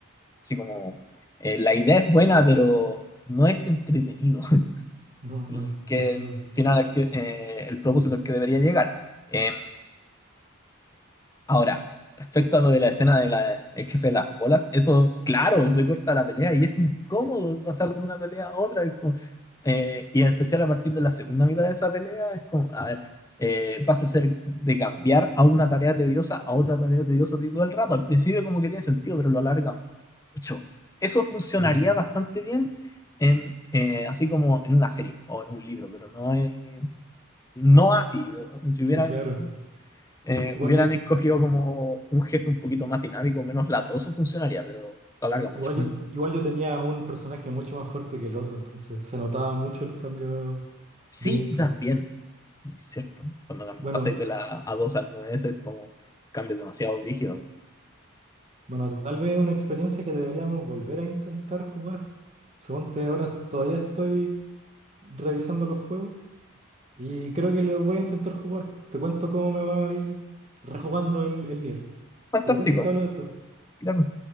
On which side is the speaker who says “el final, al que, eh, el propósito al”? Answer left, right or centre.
Left